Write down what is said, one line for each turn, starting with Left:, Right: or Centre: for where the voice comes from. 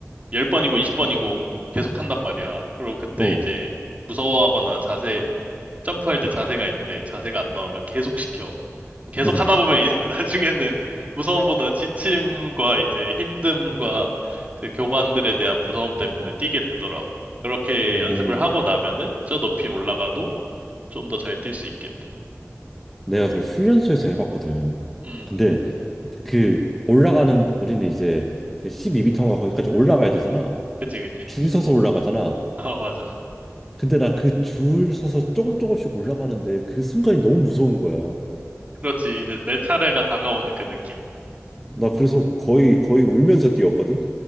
Right: 10번이고 20번이고 계속 한단 말이야. 그리고 그때
Centre: 어,
Right: 이제 무서워하거나 자세, 점프할 때 자세가 있는데 자세가 안 나오면 계속 시켜. 계속
Centre: 응,
Right: 하다 보면 이제 <laughs> 나중에는 무서움보다 지침과 이제 힘듦과 그 교관들에 대한 무서움 때문에 뛰게 되더라고. 그렇게
Centre: 어.
Right: 연습을 하고 나면은 저 높이 올라가도 좀 더 잘 뛸 수 있겠대.
Centre: 내가 그걸 훈련소에서 해봤거든.
Right: 음,
Centre: 근데 그 올라가는 우리는 이제 그 12m인가 거기까지 올라가야 되잖아.
Right: 그지, 그지.
Centre: 줄
Right: <laughs>
Centre: 서서 올라가잖아.
Right: 아, 맞아.
Centre: 근데 나 그 줄 서서 조금 조금씩 올라가는데 그 순간이 너무 무서운 거야.
Right: 그렇지. 이제 내 차례가 다가오는 그 느낌.
Centre: 나 그래서 거의 거의 울면서 뛰었거든.